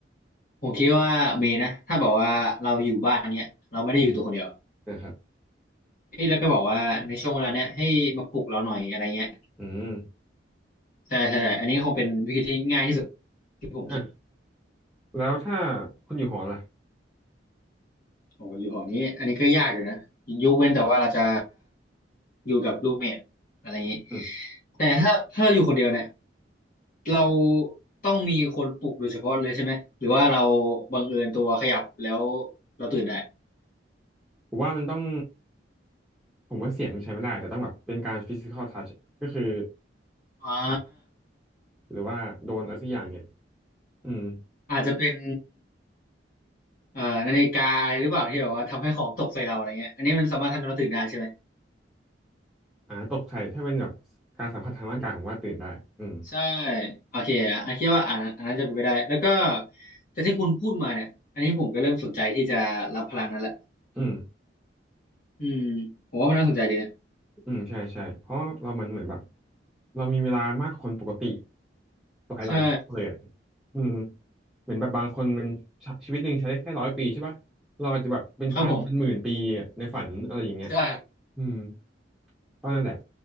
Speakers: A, on the left; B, in the centre.
A: ผมคิดว่ามีนะถ้าบอกว่าเราอยู่บ้านเนี้ยเราไม่ได้อยู่ตัวคนเดียว
B: อืมนะครับ
A: เอ้ยแล้วก็บอกว่าในช่วงเวลาเนี้ยให้มาปลุกเราหน่อยอะไรเงี้ย
B: อืม
A: ใช่ใช่ใช่อันนี้คงเป็นวิธีที่ง่ายที่สุดที่ผมคิด
B: อ่ะแล้วถ้าคุณอยู่หอล่ะ
A: โอ้อยู่หอนี้อันนี้ก็ยากอยู่นะยกเว้นแต่ว่าเราจะอยู่กับรูเมทอะไรอย่างนี้
B: อืม
A: แต่ถ้าถ้าเราอยู่คนเดียวเนี่ยเราต้องมีคนปลุกโดยเฉพาะเลยใช่ไหมหรือว่าเราบังเอิญตัวขยับแล้วเราตื่นได้
B: ผมว่ามันต้อง ผมว่าเสียงใช้ไม่ได้แต่ต้องแบบเป็นการ physical touch ก็คือ
A: อ่า
B: จับหรือว่าโดนอะไรสักอย่างเนี่ยอืม
A: อาจจะเป็นเอ่อนาฬิกาอะไรหรือเปล่าที่แบบว่าทำให้ของตกใส่เราอะไรเงี้ยอันนี้มันสามารถทำให้เราตื่นได้ใช่ไหม
B: อ่าตกใจถ้าเป็นแบบการสัมผัสทางร่างกายผมว่าตื่นได้อืม
A: ใช่โอเคอ่ะอันคิดว่าอันอันนั้นจะเป็นไปได้แล้วก็แต่ที่คุณพูดมาเนี่ยอันนี้ผมก็เริ่มสนใจที่จะรับพลังนั้นละ
B: อืม
A: อืมผมว่ามันน่าสนใจดีนะ
B: อืมใช่ใช่เพราะว่าเรามันเหมือนแบบเรามีเวลามากกว่าคนปกติหลายหลายเลยอะ
A: ใช่
B: อืมเหมือนแบบบางคนมันชชีวิตหนึ่งใช้ได้แค่ร้อยปีใช่ป่ะเราอาจจะแบบเป็นพันเป็นหมื่นปีอะในฝันอะไรอย่างเงี้ย
A: ครับผมใช่
B: อืมก็นั่นแหละ